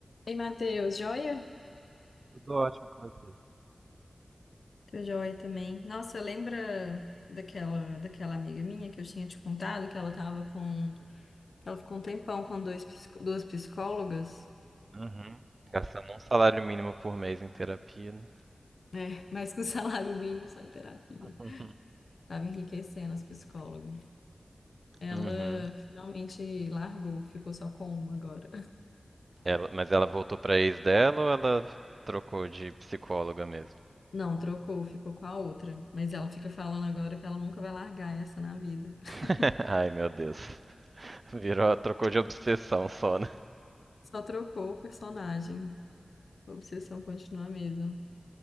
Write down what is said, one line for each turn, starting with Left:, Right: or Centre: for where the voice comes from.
Left: Ei, Matheus, joia?
Right: Eu tô ótimo com você.
Left: Tô joia também. Nossa, lembra daquela daquela amiga minha que eu tinha te contado que ela tava com, ela ficou um tempão com dois, psico- duas psicólogas,
Right: Uhum. Gastando um salário mínimo por mês em terapia. né?
Left: <laughs> mas com salário mínimo só em terapia.
Right: <laughs>
Left: Tava enriquecendo as psicólogas. Ela
Right: Uhum.
Left: finalmente largou, ficou só com uma agora.
Right: Ela- mas ela voltou pra ex dela ou ela trocou de psicóloga mesmo?
Left: <laughs> Não, trocou, ficou com a outra, mas ela fica falando agora que ela nunca vai largar essa na vida. <laughs>
Right: <laughs> Ai, meu Deus. Virou, trocou de obsessão só, né?
Left: Só trocou o personagem. A obsessão continua a mesma.